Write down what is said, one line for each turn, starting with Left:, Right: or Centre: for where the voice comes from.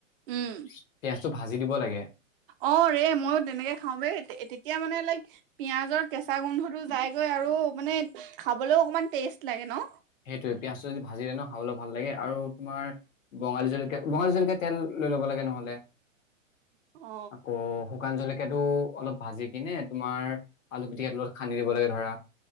Right: উম
Left: - পিয়াঁজটো ভাঁজি দিব লাগে।
Right: অ ৰে' ময়ো তেনেকে খাওঁ বে তেতিয়া মানে লাইক পিয়াজৰ কেঁচ- চা গোন্ধটো যাইগৈ আৰু মানে খাবলৈও অকমান টেষ্ট লাগে ন।
Left: সেইটোৱে, পিয়াঁজটো যদি ভাঁজি দিয়ে ন খাবলে ভাল লাগে, আৰু তোমাৰ বঙালী জলক- কীয়া বঙালী জলকীয়া তেল লৈ ল'ব লাগে নহ'লে,
Right: অ
Left: আকৌ- শুকান জলকীয়াটো অলপ ভাঁজি কিনে তোমাৰ আলু পিটিকাটো লগত সানি দিব লাগে ধৰা।